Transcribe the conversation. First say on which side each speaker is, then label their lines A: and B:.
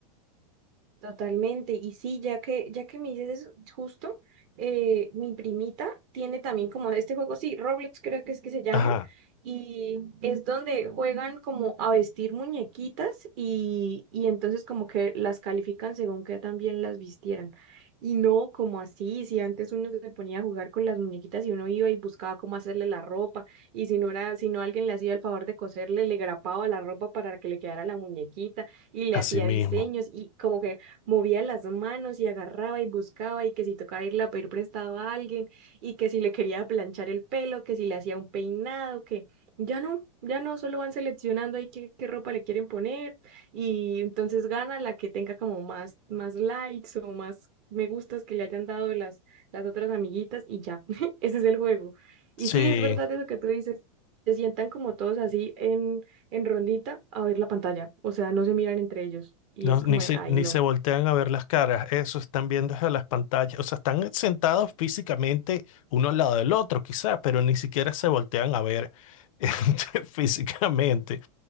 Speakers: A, on the right; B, on the left.
A: Totalmente. Y sí, ya que, ya que me dices eso, justo, eh, mi primita tiene también como este juego, sí, Roblox creo que es que se llama,
B: Ajá,
A: y es donde juegan como a vestir muñequitas y, y entonces como que las califican según que también las vistieran. Y no como así, si antes uno se ponía a jugar con las muñequitas y uno iba y buscaba cómo hacerle la ropa, y si no era, si no alguien le hacía el favor de coserle, le grapaba la ropa para que le quedara la muñequita y le
B: así
A: hacía
B: mismo.
A: diseños y como que movía las manos y agarraba y buscaba y que si tocaba irle a pedir prestado a alguien y que si le quería planchar el pelo, que si le hacía un peinado, que ya no, ya no, solo van seleccionando ahí qué, qué ropa le quieren poner y entonces gana la que tenga como más, más likes o más me gustas que le hayan dado las, las otras amiguitas y ya, <laughs> ese es el juego. Y
B: Sí.
A: sí, es verdad eso que tú dices, se sientan como todos así en, en rondita a ver la pantalla, o sea, no se miran entre ellos y
B: No,
A: es
B: ni
A: como,
B: se,
A: de, ay,
B: ni
A: no.
B: se voltean a ver las caras, eso están viendo desde las pantallas, o sea, están sentados físicamente uno al lado del otro, quizá, pero ni siquiera se voltean a ver <laughs> este, físicamente.